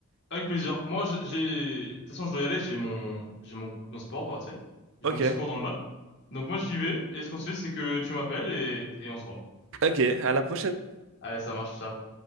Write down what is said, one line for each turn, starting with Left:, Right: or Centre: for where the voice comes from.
Left: Avec plaisir. Moi j'- j'ai de toute façon je dois y aller, j'ai mon j'ai mon mon sport, euh, tu sais. J'ai
Right: Ok.
Left: mon petit cours d'handball. Donc moi j'y vais et ce qu'on se fait c'est que tu m'appelles et et on se voit.
Right: Ok, à la prochaine.
Left: Allez, ça marche, ciao.